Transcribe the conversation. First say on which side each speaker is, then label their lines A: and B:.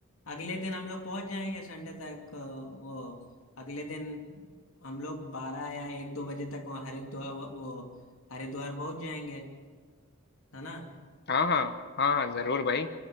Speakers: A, on the left; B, on the left.
A: अगले दिन हम लोग पहुंच जाएंगे संडे तक अ, वो अगले दिन हम लोग बारह या एक दो बजे तक वो हरिद्वार वो हरिद्वार पहुंच जाएंगे है ना
B: हाँ हाँ हाँ हाँ जरूर भाई